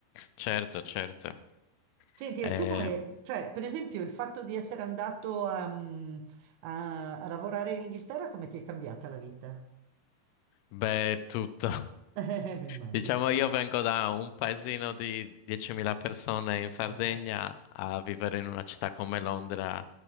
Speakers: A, on the left; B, on the right.
A: certo, certo.
B: Senti,
A: Eh,
B: tu come, cioè, per esempio, il fatto di essere andato a, mm, a- a lavorare in Inghilterra, come ti è cambiata la vita?
A: beh, è tutto.
B: <laughs> Mi immagino,
A: Diciamo io vengo da un paesino di 10.000 persone in Sardegna
B: fantastico.
A: a vivere in una città come Londra.